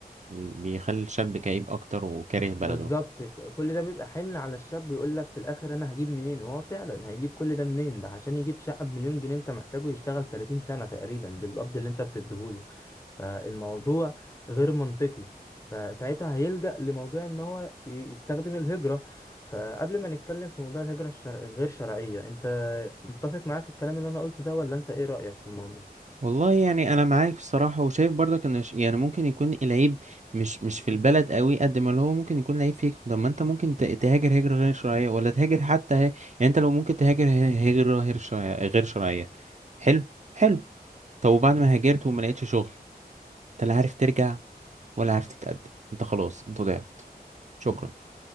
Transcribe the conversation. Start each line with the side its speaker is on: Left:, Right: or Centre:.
Right: ال- بيخلي الشاب كئيب أكتر وكاره بلده
Left: بالظبط ك- كل ده بيبقى حمل على الشاب ويقول لك في الاخر انا هجيب منين وهو فعلا هيجيب كل ده منين ده عشان يجيب شقة بمليون جنيه انت محتاجه يشتغل 30 سنة تقريبا بالقبض اللي انت بتديهوله فالموضوع غير منطقي فساعتها هيلجأ لموضوع ان هو ي- يستخدم الهجرة فقبل ما نتكلم في موضوع الهجرة الشر... الغير شرعية انت متفق معايا في الكلام اللي انا قلته ده ولا انت ايه رأيك في الموضوع
Right: والله يعني انا معاك بصراحه وشايف برضك ان ش- يعني ممكن يكون العيب مش مش في البلد قوي قد ما اللي هو ممكن يكون العيب فيك طب ما انت ممكن ت- تهاجر هجره غير شرعيه ولا تهاجر حتى ه... يعني انت لو ممكن تهاجر ه- هجره غير شرعيه غير شرعيه حلو حلو طب وبعد ما هاجرت وما لقيتش شغل انت لا عارف ترجع ولا عارف تتقدم انت خلاص انت ضيعت شكرا